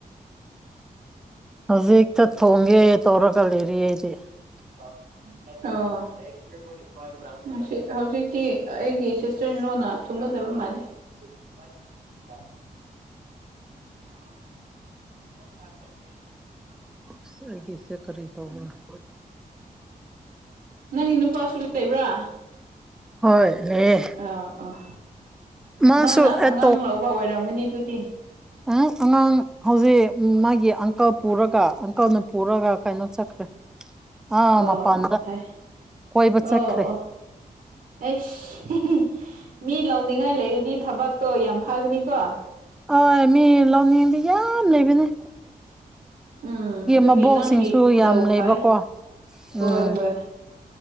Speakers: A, in the centre; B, on the right (about 75°).
A: ꯍꯧꯖꯤꯛꯇ ꯊꯣꯡꯒꯦ ꯇꯧꯔꯒ ꯂꯩꯔꯤꯌꯦ ꯑꯩꯗꯤ
B: <unintelligible> ꯃꯁꯤ ꯍꯧꯖꯤꯛꯇꯤ ꯑꯩꯒꯤ ꯁꯤꯁꯇꯔ ꯏꯟꯂꯣꯅ ꯊꯨꯝꯒꯗꯕ ꯃꯥꯜꯂꯦ <unintelligible> <unintelligible>
A: ꯑꯁ ꯑꯩꯒꯤꯁꯦ ꯀꯔꯤ ꯇꯧꯕꯔ
B: ꯅꯪꯒꯤ ꯅꯨꯄꯥꯁꯨ ꯂꯩꯕ꯭ꯔꯥ
A: ꯍꯣꯏ ꯂꯩꯌꯦ
B: ꯑꯥ ꯑꯣ
A: ꯃꯥꯁꯨ
B: ꯃꯥꯅ
A: ꯑꯦꯠ
B: ꯑꯉꯥꯡ ꯂꯧꯕ ꯑꯣꯏꯔꯝꯒꯅꯤ ꯑꯗꯨꯗꯤ
A: ꯑꯨꯡ ꯑꯉꯥꯡ ꯍꯧꯖꯤꯛ ꯃꯥꯒꯤ ꯑꯪꯀꯜ ꯄꯨꯔꯒ ꯑꯪꯀꯜꯅ ꯄꯨꯔꯒ ꯀꯩꯅꯣ ꯆꯠꯈ꯭ꯔꯦ ꯑꯥ
B: ꯑꯣ
A: ꯃꯄꯥꯟꯗ
B: ꯑꯣ ꯐꯩ
A: ꯀꯣꯏꯕ ꯆꯠꯈ꯭ꯔꯦ
B: ꯑꯣ ꯑꯣ ꯑꯩꯁ ꯃꯤ ꯂꯧꯅꯤꯡꯉꯥꯏ ꯂꯩꯔꯗꯤ ꯊꯕꯛꯇꯣ ꯌꯥꯝ ꯐꯒꯅꯤꯀꯣ
A: ꯑꯣꯏ ꯃꯤ ꯂꯧꯅꯤꯡꯗꯤ ꯌꯥꯝ ꯂꯩꯕꯅꯤ
B: ꯎꯝ ꯑꯗꯨꯒꯤ
A: ꯃꯕꯣꯛꯁꯤꯡꯁꯨ
B: ꯅꯪꯒꯤ
A: ꯌꯥꯝ
B: ꯗꯧ
A: ꯂꯩꯕꯀꯣ
B: ꯐꯩ ꯍꯣꯏ
A: ꯎꯝ
B: ꯍꯣꯏ